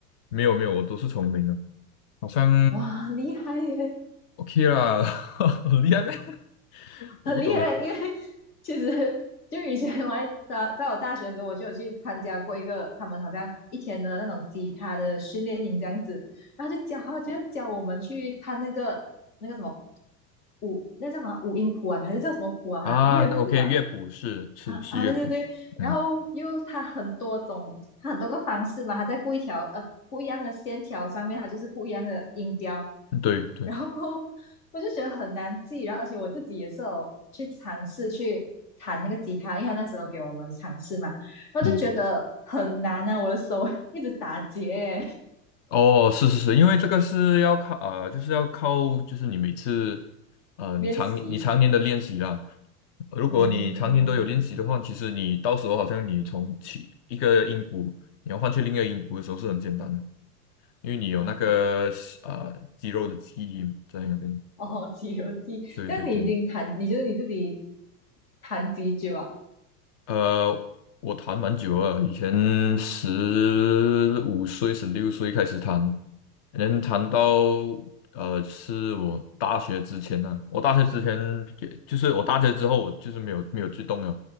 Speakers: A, on the left; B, on the left.
A: 没有没有，我都是从零的，好像
B: 哇，很厉害耶，
A: OK 啦，<laughs> 很厉害咩？<laughs> 我不懂哎。
B: 很厉害！因为其实就以前我还在在我大学的时候，我就有去参加过一个他们好像一天的那种吉他的训练营这样子，然后就教他就教我们去看那个那个什么五那叫什么五音谱啊，还是叫什么谱啊？
A: 啊，
B: 哈，乐谱啊。
A: 那 OK，乐谱是是是乐谱，
B: 啊啊，对对对，
A: 嗯，
B: 然后又它很多种，它很多个方式嘛，它在不一条呃不一样的线条上面，它就是不一样的音调，
A: 对对。
B: 然后过后我就觉得很难记，然后而且我自己也是有去尝试去弹那个吉他，因为他那时候给我们尝试嘛，然后就觉得很难啊，
A: 嗯。
B: 我的手 <laughs> 一直打结耶，
A: 哦，是是是，因为这个是要靠呃，就是要靠，就是你每次呃，
B: 练习，
A: 你常你常年的练习啦。如果你常年都有练习的话，
B: 嗯，
A: 其实你到时候好像你从起一个音符，你要换去另一个音符的时候是很简单的，因为你有那个呃肌肉的记忆嘛，
B: 哦
A: 在那边。
B: 哦，《西游记》，
A: 对对对，
B: 这样你已经弹，你就是你自己弹几久啊？
A: 呃，我弹蛮久了，以前十五岁、十六岁开始弹，能弹到呃，是我大学之前呢、我大学之前也就是我大学之后，我就是没有没有去动了，